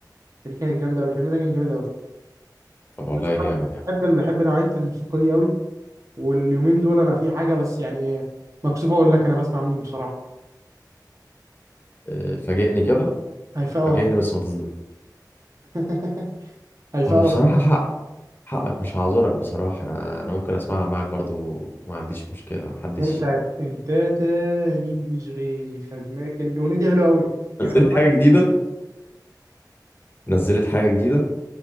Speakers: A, on the right (about 45°); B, on the left (about 30°).
A: فدي كانت جامده قوي الفيلم ده كان جامد قوي
B: طب والله
A: بس
B: جامد
A: أنا
B: يعني
A: بحب بحب نوعيه الموسيقى دي قوي واليومين دول انا في حاجه بس يعني مكسوفه اقول لك انا بسمع مين بصراحه
B: آه، فاجئني كده
A: هيفاء وهبي
B: فاجئني بس ما تصدق
A: <laughs> هيفاء
B: اه بصراحة
A: وهبي
B: حق حقك مش هعذرك بصراحة انا انا ممكن اسمعها معاك برضو ما عنديش مشكلة محدش
A: اللي هي بتاعت انت تاني مش غيري خدناك كان الاغنيه دي حلوه قوي يعني
B: نزلت
A: بسمع
B: حاجة جديدة نزلت حاجة جديدة